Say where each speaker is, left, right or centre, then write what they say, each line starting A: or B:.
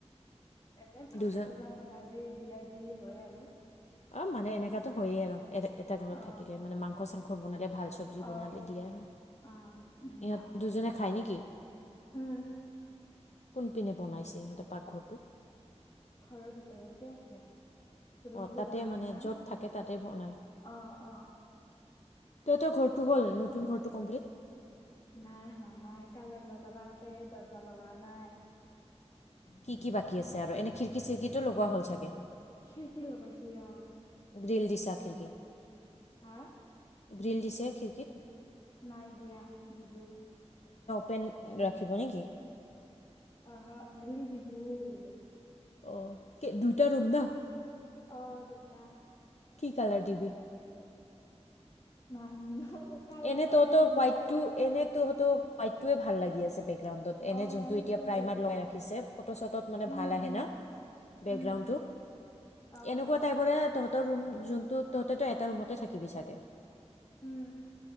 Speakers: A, on the left; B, on the left.
A: এনে ভাজা-চাজা
B: দুজন
A: বনালে দিয়া উম, হয় আৰু
B: অ মানে এলেকাটো হয়েই আৰু এটা ঘৰত
A: অ
B: থাকিলে মানে মাংস-চাংস বনালে, ভাল চব্জী
A: অ
B: বনালে দিয়া হয়।
A: অ উম
B: ইহঁত দুজনে খাই নেকি?
A: উম
B: কোনপিনে বনাইছে ইহঁতে পাকঘৰটো?
A: ঘৰৰ ভিতৰতে আছে ৰুমটো
B: অঁ তাতে
A: ডাঙৰ
B: মানে
A: না,
B: য'ত থাকে তাতে বনায়
A: অ অ
B: তহঁতৰ ঘৰটো হ'ল নতুন ঘৰটো কমপ্লিট?
A: নাই হোৱা নাই, কালাৰ লগাবা আছে দৰ্জা লগোৱা নাই
B: কি কি বাকী আছে আৰু এনে খিৰিকী চিৰিকিটো লগোৱা হ'ল চাগে
A: খিৰিকী লগাইছে অ
B: গ্ৰীল দিছা খিৰিকীৰ?
A: হা?
B: গ্ৰীল দিছে খিৰিকীত।
A: নাই দিয়া, দিলো।
B: পেন ৰাখিব নেকি?
A: <unintelligible>
B: অঁ, কি দুটা ৰুম না?
A: অ, দুটা।
B: কি কালাৰ দিবি?
A: নাজনু। <unintelligible>
B: এনে তহঁতৰ হোৱাইটটো এনে তহঁতৰ হোৱাটটোৱে লাগি আছে বে বেকগ্ৰাউণ্ডত এনে
A: অ
B: যোনটো
A: সেইটোয়ে
B: এতিয়া প্ৰাইমাৰ লগাই ৰাখিছে ফটো চটত মানে
A: উম
B: ভাল আহে
A: উম
B: না বেকগ্ৰাউণ্ডটো
A: উম অ
B: এনেকুৱা টাইপৰে তহঁতৰ ৰুম যোনটো তহঁতেটো এটা ৰুমতে থাকিবি চাগে।
A: উম!